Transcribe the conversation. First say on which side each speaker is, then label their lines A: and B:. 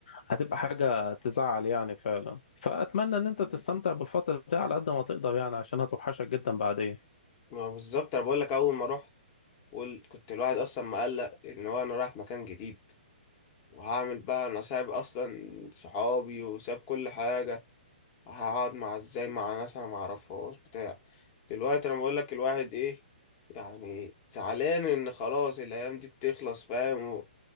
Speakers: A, on the left; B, on the left.
A: هتبقى حاجة تزعل يعني فعلا فأتمنى إن أنت تستمتع بالفترة دي على قد ما تقدر يعني عشان هتوحشك جدا بعدين
B: ما بالظبط انا بقول لك اول ما رحت وال- كنت الواحد اصلا مقلق ان هو انا رايح مكان جديد وهعمل بقى انا سايب اصلا صحابي وساب كل حاجه هقعد مع ازاي مع ناس انا معرفهاش بتاع دلوقتي انا بقول لك الواحد ايه يعني زعلان ان خلاص الايام دي بتخلص فاهم و-